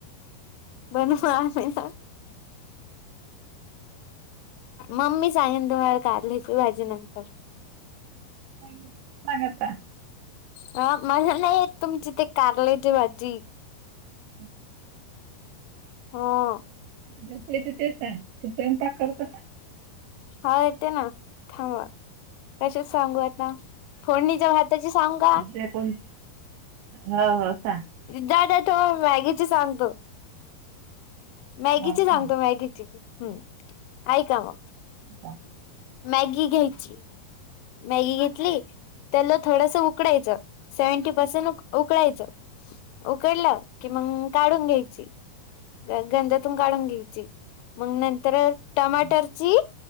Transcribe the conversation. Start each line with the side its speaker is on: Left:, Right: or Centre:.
Left: बनवावाम ना. मम्मी सांगेन दु वळ काढलीची भाजी नंतर
Right: सांगता का?
Left: अ मला नाही तुम्चीिथ कारलेचीे भाजी.
Right: ह ह.
Left: हो.
Right: जेत ते सांग ते सन पाक करत ना.
Left: हा येते ना थांबवा कसेच सांगू आता. फोडणीच्या भाताची सांगा.
Right: त्या पण हा हो का.
Left: जा जा तो मॅगीची सांगतो. मॅगीची
Right: हो सांग
Left: सांगतो मॅगीची हम्म ऐका मग
Right: हा.
Left: मॅगी घ्यायची मॅगी घेतली त्याला थोडस उक उकडायचं सेव्हंटी पर्सेंट उक उकळायचं उकडलं कि मंग काढून घ्यायची. ग गंधातून काढून घ्यायची मग नंतर टमाटरची
Right: हो